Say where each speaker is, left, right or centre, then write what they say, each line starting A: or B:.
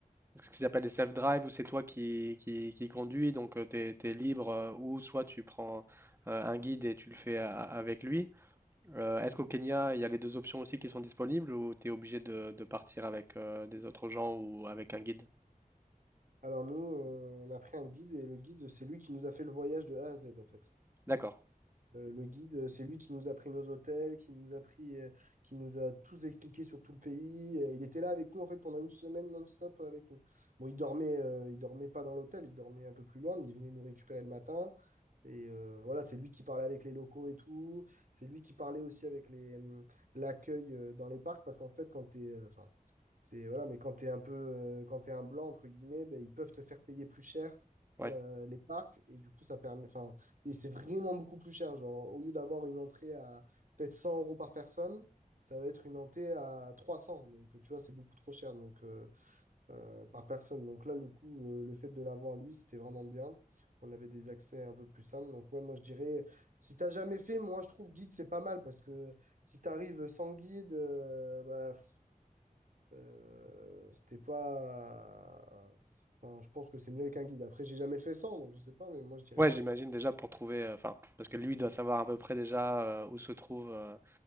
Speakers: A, on the right; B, on the right.
A: ce qu'ils appellent des self-drive où c'est toi qui, qui, qui conduis, donc tu es libre, euh, ou soit tu prends euh, un guide et tu le fais a- avec lui. Euh, est-ce qu'au Kenya, il y a les deux options aussi qui sont disponibles ou tu es obligé de, de partir avec euh, des autres gens ou avec un guide?
B: Alors nous, euh, on a pris un guide et le guide, c'est lui qui nous a fait le voyage de A à Z en fait.
A: D'accord,
B: Euh, le guide, euh, c'est lui qui nous a pris nos hôtels, qui nous a pris, euh, qui nous a tous expliqué sur tout le pays. Euh, il était là avec nous en fait pendant une semaine non-stop euh, avec nous. Bon, il dormait, euh, il dormait pas dans l'hôtel, il dormait un peu plus loin, mais il venait nous récupérer le matin. Et euh, voilà, c'est lui qui parlait avec les locaux et tout. C'est lui qui parlait aussi avec les, hum, l'accueil euh, dans les parcs parce qu'en fait, quand t'es, euh, enfin, c'est voilà, mais quand t'es un peu, euh, quand t'es un blanc entre guillemets, ben, ils peuvent te faire payer plus cher
A: ouais.
B: euh, les parcs et du coup, ça permet, enfin. Et c'est vraiment beaucoup plus cher. Genre, au lieu d'avoir une entrée à peut-être 100 euros par personne, ça va être une entrée à 300. Donc, tu vois, c'est beaucoup trop cher donc, euh, euh, par personne. Donc là, le coup, euh, le fait de l'avoir, lui, c'était vraiment bien. On avait des accès un peu plus simples. Donc, ouais, moi, je dirais, si t'as jamais fait, moi, je trouve guide, c'est pas mal parce que si t'arrives sans guide, euh, bah, pff, euh, c'était pas. Enfin, je pense que c'est mieux avec un guide. Après, j'ai jamais fait sans, donc je sais pas, mais moi, je dirais
A: Ouais,
B: ça,
A: j'imagine
B: quoi.
A: déjà pour trouver, euh, enfin, parce que lui doit savoir à peu près déjà euh, où se trouvent euh,